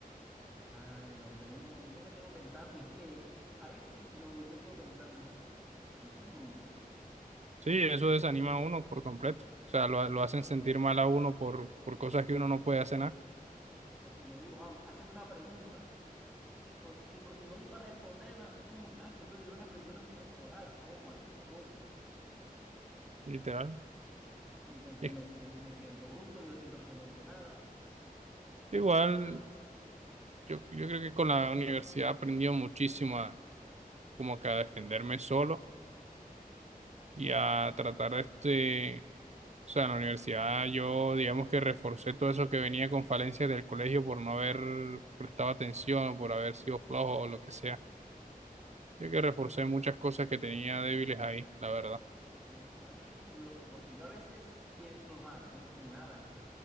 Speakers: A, in the centre; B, on the right.
A: ay, hombre, uno, yo me quedo pensando, es que a veces yo, yo quedo pensando, yo soy bruto,
B: Sí, eso desanima a uno por completo. O sea, lo, lo hacen sentir mal a uno por, por cosas que uno no puede hacer nada,
A: porque yo digo, "Juan, hacen una pregunta. Y, por, y porque no di para responderla, como muchacho esto debieron aprenderlo en preescolar, ¿cómo así, profe?
B: literal.
A: Entonces
B: Es-
A: me, sien- me siento bruto, yo siento que no sé nada.
B: Igual, Yo, yo creo que con la universidad he aprendido muchísimo a como que a defenderme solo y a tratar de este, o sea, en la universidad yo digamos que reforcé todo eso que venía con falencias del colegio por no haber prestado atención o por haber sido flojo o lo que sea.
A: Sí.
B: Yo que reforcé muchas cosas que tenía débiles ahí, la verdad.
A: Aunque a mí es curioso porque yo a veces pienso, ah, yo no sé nada.